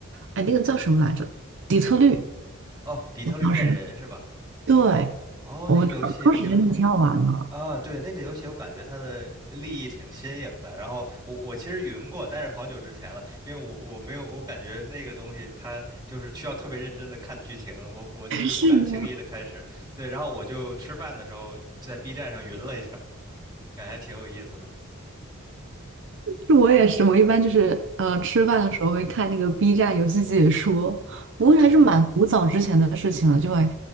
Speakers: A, on the right (about 60°); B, on the right (about 20°).
A: 哎，那个叫什么来着？底特律。
B: 哦，底特律变人是吧？
A: 当时对
B: 哦，
A: 我们当当时真的挺好玩的。
B: 那个游戏挺好啊，对，那个游戏我感觉它的立意挺新颖的。然后我我其实云过，但是好久之前了，因为我我没有，我感觉那个东西它就是需要特别认真的看剧情，我我就是不敢轻易的开始。
A: <laughs> 是的，
B: 对，然后我就吃饭的时候在 B 站上云了一下，感觉还挺有意思的
A: 就我也是，我一般就是嗯呃吃饭的时候会看那个 B 站游戏解说，不过还是蛮古早之前的事情了，
B: 啊。对对
A: 就会